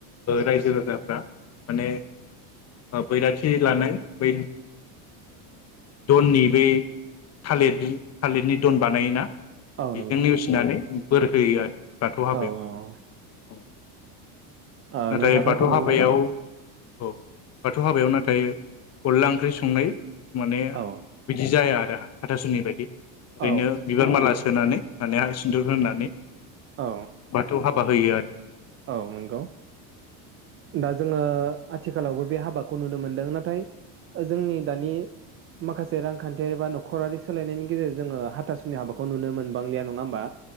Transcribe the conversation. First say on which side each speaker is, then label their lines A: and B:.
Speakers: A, on the left; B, on the right.
A: रायजो राजाफ्रा माने बैराथि लानाय बै दननि बै थालिर थालिरनि दन बानायोना
B: औ
A: बेखौनो
B: नंगौ
A: नेवसिनानै बोर होयो आरो दाथ' हाबायाव
B: औ औ
A: औ
B: ओ
A: नाथाय
B: नोंथाङा थारखौनो
A: बाथौ हाबायाव
B: बुंदों
A: औ बाथौ हाबायाव नाथाय ओमफ्राय अनला ओंख्रि संनाय माने
B: औ
A: बिदि जाया आरो हाथासुनि बायदि ओरैनो
B: औ
A: बिबार माला सोनानै माने हा सिन्दुर होनानै
B: औ
A: बाथौ हाबा होयो आरो
B: औ नंगौ दा जोङो आथिखालावबो बे हाबाखौ नुनो मोनदों नाथाय जोंनि दानि माखासे रांखान्थियारि बा न'खरारि सोलायनायनि गेजेरजों जोङो हाथासुनि हाबाखौ नुनो मोनबांलि नङा होनबा